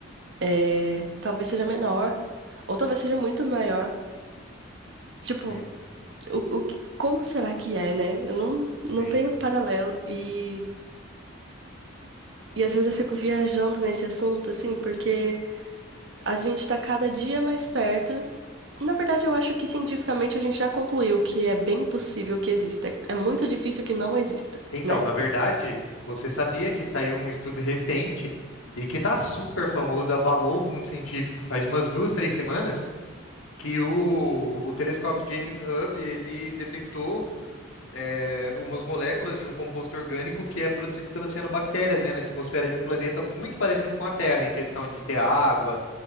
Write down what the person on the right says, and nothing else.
É, talvez seja menor, ou talvez seja muito maior. Tipo,
o, o, que- como será que é, né? Eu não,
não tenho paralelo. E, e às vezes eu fico viajando nesse assunto, assim, porque a gente tá cada dia mais perto. Na verdade, eu acho que cientificamente a gente já concluiu que é bem possível que exista. É é muito difícil que não exista
né?